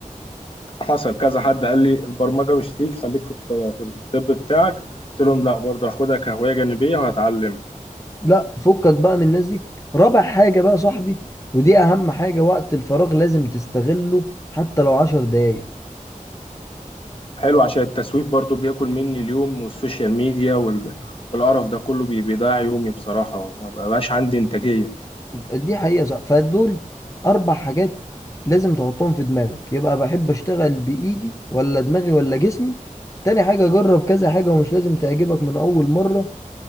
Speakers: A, on the left; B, on the left.
A: حصل كذا حد قال لي البرمجه مش ليك خليك في الط- في الطب بتاعك قلت لهم لا برضه هاخدها كهوايه جانبيه وهتعلمها
B: لا فكك بقى من الناس دي رابع حاجة بقى يا صاحبي ودي أهم حاجة وقت الفراغ لازم تستغله حتى لو عشر دقايق
A: حلو عشان التسويق برضه بياكل مني اليوم والسوشيال ميديا وال... والقرف ده كله بي- بيضيع يومي بصراحه وما بقاش عندي انتاجيه
B: دي حقيقة صح فدول أربع حاجات لازم تحطهم في دماغك يبقى بحب أشتغل بإيدي ولا دماغي ولا جسمي تاني حاجة جرب كذا حاجة ومش لازم تعجبك من أول مرة